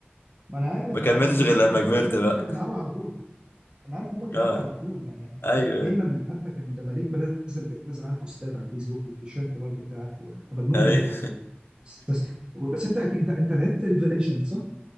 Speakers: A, on the right (about 20°); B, on the left (about 65°).
A: ما انا عارف
B: ما كملتش
A: انا انا
B: غير
A: فاكر
B: لما
A: انا فاكر
B: كبرت
A: دايما
B: بقى
A: ان انت بتلعبها على طول انا عارف انت بتلعبها
B: اه
A: على طول ما انت
B: ايوه
A: داي... دايما حتى كان ده مالك بنزل بتنزل على بوستات على الفيسبوك والتيشيرت برضه بتاعك وانت مجنون
B: ايوه
A: بلعبه بس بس انت أكيد- انت انت لعبت ريفيليشن صح؟